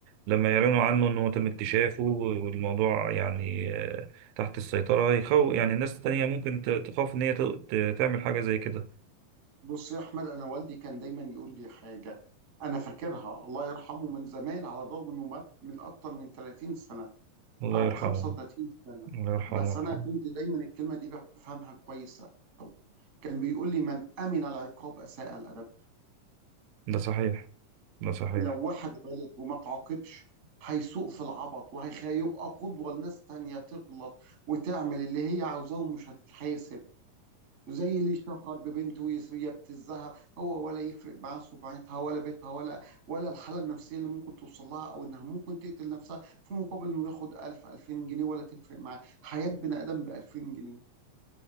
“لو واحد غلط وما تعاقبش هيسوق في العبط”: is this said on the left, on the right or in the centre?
Right